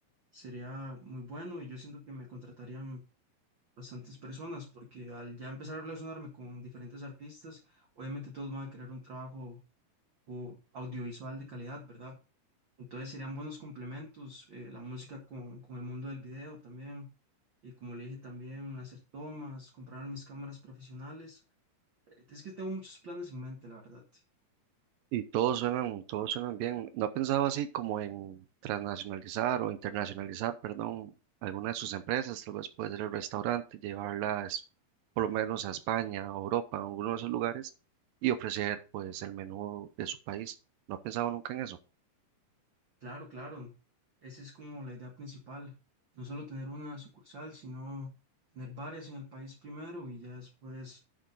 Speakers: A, on the right; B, on the right.
A: sería muy bueno y yo siento que me contratarían bastantes personas, porque al ya empezar a relacionarme con diferentes artistas, obviamente todos van a querer un trabajo o audiovisual de calidad, ¿verdad? Entonces serían buenos complementos eh, la música con, con el mundo del video también. Y como le dije también, hacer tomas, comprar mis cámaras profesionales. Eh, Es que tengo muchos planes en mente, la verdad.
B: Y todos suenan, todos suenan bien. ¿No ha pensado así como en transnacionalizar o internacionalizar, perdón, alguna de sus empresas? Tal vez puede ser el restaurante, llevarlas por lo menos a España, a Europa, a alguno de esos lugares y ofrecer pues el menú de su país. ¿No ha pensado nunca en eso?
A: Claro, claro. Esa es como la idea principal. No solo tener una sucursal, sino tener varias en el país primero y ya después